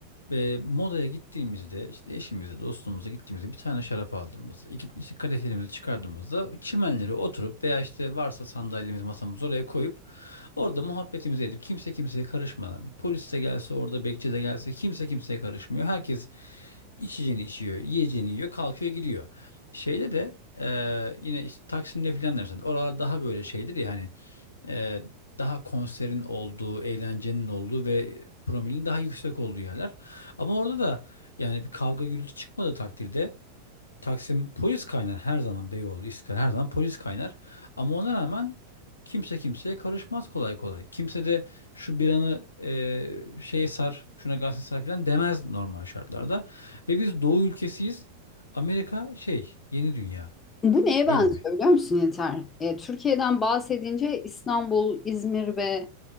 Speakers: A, on the left; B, on the left.
A: E, modaya gittiğimizde işte eşimize, dostumuza gittiğimizde bir tane şarap aldığımızda, iki işte kadehlerimizi çıkardığımızda çimenlere oturup veya işte varsa sandalyemiz, masamız oraya koyup orada muhabbetimizi edip kimse kimseye karışmadan, polis de gelse orada bekçi de gelse kimse kimseye karışmıyor. Herkes içeceğini içiyor, yiyeceğini yiyor, kalkıyor gidiyor. Şeyde de e, yine işte Taksim'de filan da mesela oralar daha böyle şeydir ya hani e, daha konserin olduğu, eğlencenin olduğu ve promilin daha yüksek olduğu yerler. Ama orada da yani bir kavga gürültü çıkmadığı takdirde Taksim polis kaynar her zaman Beyoğlu, İstiklal her zaman polis kaynar. Ama ona rağmen kimse kimseye karışmaz kolay kolay. Kimse de şu bir anı e, şeye sar, şuna gazete sar falan demez normal şartlarda. Ve biz Doğu ülkesiyiz. Amerika şey, yeni dünya.
B: Bu neye
A: Öyle
B: benziyor
A: mi?
B: biliyor musun Yeter? E, Türkiye'den bahsedince İstanbul, İzmir ve